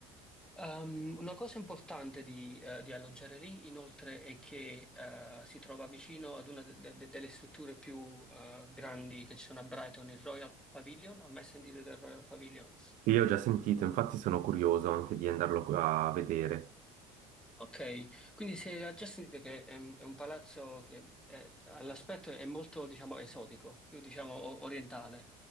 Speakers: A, in the centre; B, on the right.
A: Ehm, una cosa importante di, eh, di alloggiare lì, inoltre, è che eh, si trova vicino ad una de- de- delle strutture più eh, grandi che ci sono a Brighton, il Royal Pavilion. Ha mai sentito del Royal Pavilion?
B: Io ho già sentito, infatti sono curioso anche di andarlo a vedere.
A: Ok, quindi se ha già sentito che è un, è un palazzo che è- all'aspetto è molto, diciamo, esotico, più, diciamo, o- orientale,